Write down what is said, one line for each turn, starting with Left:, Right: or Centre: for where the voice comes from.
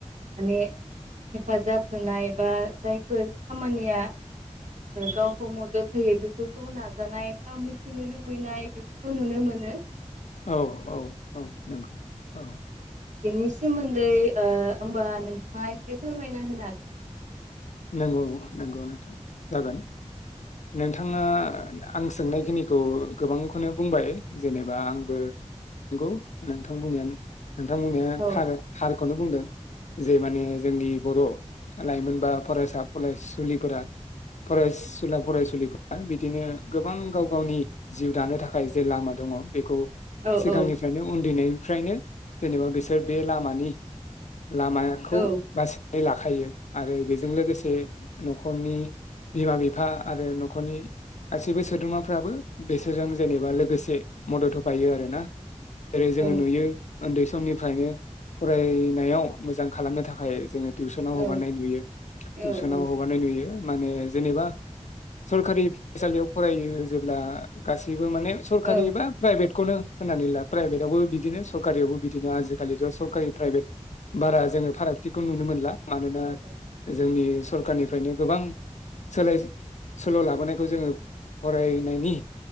Right: माने हेफाजाब होनाय बा जायफोर खामानिया गावखौ मदद होयो बेफोरखौ नाजानाय बा मिथिनो लुबैनाय बेफोरखौ नुनो मो नो।
Left: औ औ औ नंगौ औ
Right: बेनि सोमोन्दै होमबा नोंथाङा एसे फोरमायना होनो हागोन नामा?
Left: नंगौ नंगौ नोंथां जागोन नोंथां थाङा आं सोंनायखिनिखौ गोबांखौनो बुंबाय जेनेबा आंबो नंगौ नोंथां बुंनायानो नोंथां बुंनाया
Right: औ
Left: थार थारखौनो बुंदों जे माने जोंनि बर लाइमोन बा फरायसा फरायसुलिफोरा फरायसुला फराय बिदिनो गोबां गाव गावनि जिउ दानो थाखाय जे लामा दङ बेखौ
Right: औ औ
Left: सिगांनिफ्रायनो उन्दैनायनिफ्रायनो जेनेबा बिसोर बे लामानि लामाखौ
Right: औ
Left: बासिनानै लाखायो आरो बेजों लोगोसे नखरनि बिमा बिफा आरो नखरनि गासैबो सोद्रोमाफ्राबो बिसोरजों जेनेबा लोगोसे से मदद होफायो आरो ना । जेरै जोङो
Right: औ
Left: नुयो उन्दै समनिफ्रायनो फरायनायाव मोजां खालामनो थाखाय जोङो टिउसनाव हगारनाय
Right: औ
Left: नुयो
Right: औ
Left: टिउसनाव
Right: औ
Left: हगारनाय नुयो माने जेनेबा सरखारि फरायसालियाव फरायो जेब्ला गासैबो माने सरकारि
Right: औ
Left: बा प्राइभेट खौनो होननानै ला प्राइभेटआवबो बिदिनो सरकारियावबो बिदिनो आजिखालिथ सरकारि प्राइभेट बारा जोङो फारागथिखौ नुनो मोनला। मानोना
Right: औ औ
Left: जोंनि सरखारनिफ्रायनो गोबां सोलाय सोल' लाबोनायखौ जोङो फरायनायनि